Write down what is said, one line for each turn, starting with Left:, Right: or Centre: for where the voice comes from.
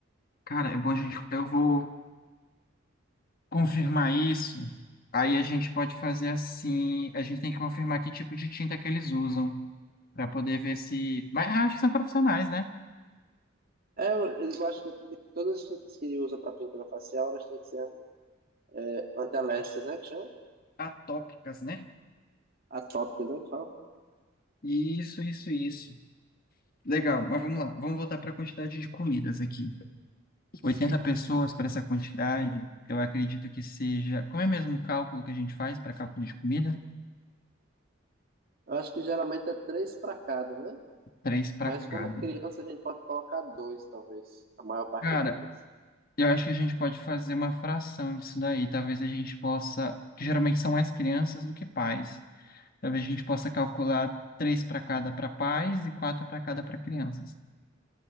Left: cara, é bom a gente. Eu vou confirmar isso. Aí a gente pode fazer assim. A gente tem que confirmar que tipo de tinta que eles usam. Pra poder ver se. Mas acho que são profissionais, né?
Right: É, eu eu acho que tem que- todas as tintas que usa para pintura facial, elas têm que ser é, antialérgicas, né? Que chama?
Left: Atópicas, né?
Right: Atópicas, né? Que fala?
Left: Isso, isso, isso. Legal, mas vamos lá. Vamos voltar para a quantidade de comidas aqui. oitenta pessoas para essa quantidade, eu acredito que seja. Como é mesmo o cálculo que a gente faz para cálculo de comida?
Right: Eu acho que geralmente é três para cada, né?
Left: Três para
Right: Mas
Left: cada.
Right: como é criança, a gente pode colocar dois, talvez. A maior parte
Left: Cara,
Right: é criança.
Left: eu acho que a gente pode fazer uma fração disso daí. Talvez a gente possa. Que geralmente são mais crianças do que pais. Talvez a gente possa calcular três para cada para pais e quatro para cada para crianças.